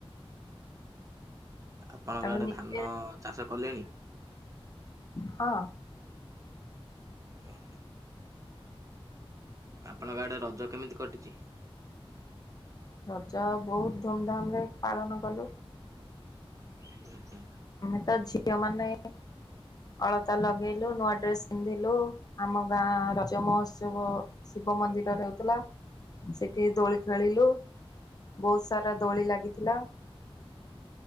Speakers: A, on the right; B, on the left.
A: ଆପଣଙ୍କ
B: ତାକୁ
A: ଆଡ଼େ
B: ନିଜେ
A: ଧାନ ଚାଷ କଲେଣି?
B: ହଁ।
A: ଓକେ। ଆପଣଙ୍କ ଆଡେ ରଜ କେମିତି କଟିଚି?
B: ରଜ ବହୁତ ଧୁମ୍ ଧାମ୍ ରେ ପାଳନ କଲୁ।
A: ଉଁ ହୁଁ।
B: ଆମେ ତ ଝିଅ ମାନେ ଅଳତା ଲଗେଇଲୁ, ନୂଆ ଡ୍ରେସ ପିନ୍ଧିଲୁ, ଆମ ଗାଁ ରଜ ମହୋତ୍ସବ ଶିବ ମନ୍ଦିରରେ ହେଉଥିଲା ସେଠି ଦୋଳି ଖେଳିଲୁ। ବହୁତ ସାରା ଦୋଳି ଲାଗିଥିଲା।